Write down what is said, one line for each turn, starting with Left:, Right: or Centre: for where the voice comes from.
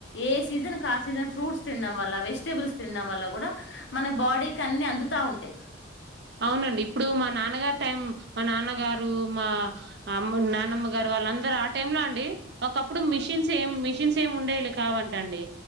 Left: ఏ సీజన్కాసీజన్ ఫ్రూట్స్ తినడం వల్ల వెజిటేబుల్స్ తినడం వల్ల కూడా మన బాడీకి అన్నిీ అందుతా ఉంటయి.
Right: అవునండి ఇప్పుడు మా నాన్నగారు టైం మా నాన్నగారు మా అమ్ము న్నానమ్మ గారు వాల్ అందరు ఆట్ టైంలో అండి ఒకప్పుడు మిషన్స్ ఏం మిషన్స్ ఏమి ఉండేలి కావంట అండి